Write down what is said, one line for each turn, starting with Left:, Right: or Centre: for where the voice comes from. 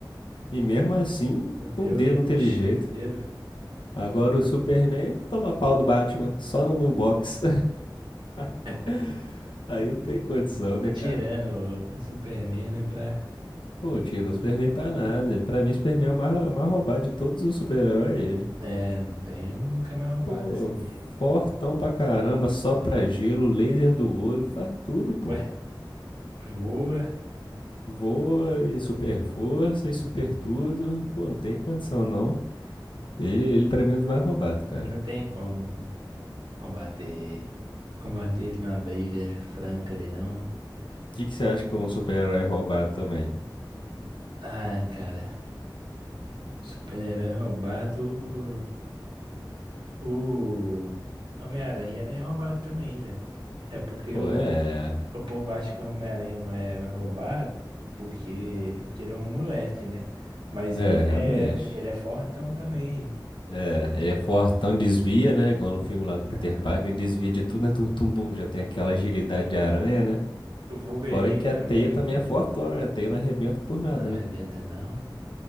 Left: E mesmo assim,
Right: não deu
Left: um dedo
Right: nem pro
Left: não teve
Right: cheiro.
Left: jeito. Agora o Superman toma pau do Batman, só no, no box. <laughs>
Right: <laughs>
Left: Aí não tem condição, né,
Right: Tá tirando
Left: cara?
Right: o Superman, né, pra...
Left: Pô, tiro o Superman pra nada. Pra mim, o Superman é o mais, é o mais roubado de todos os super-heróis, é ele.
Right: É, não tem um camarada roubado
Left: Pô,
Right: assim que...
Left: fortão pra caramba, só pra gelo, laser do olho, faz tudo, pô.
Right: Ué, voa.
Left: Voa e super força e super tudo. Pô, não tem condição não. Ele, ele pra mim é um dos mais roubados, cara.
Right: Não
Left: O
Right: tem como combater. Combater ele numa briga franca ali, não.
Left: que que você acha que é um super-herói é roubado também?
Right: Ah, cara. Super-herói roubado. O, o Homem-Aranha ele é roubado também, velho. É porque
Left: Pô,
Right: o,
Left: é.
Right: o povo acha que o Homem-Aranha não é roubado porque, porque ele é um moleque, né? Mas
Left: É,
Right: ele é,
Left: realmente.
Right: ele é fortão também.
Left: É, ele é fortão, desvia, né? Igual no filme lá do Peter
Right: Ah,
Left: Parker, ele desvia de tudo, né? Tum, tum, tum, já tem aquela agilidade de aranha, né?
Right: o Wolverine
Left: Fora que
Right: também
Left: a teia também é fortona, né? A teia não arrebenta por nada,
Right: não arrebenta,
Left: né?
Right: não.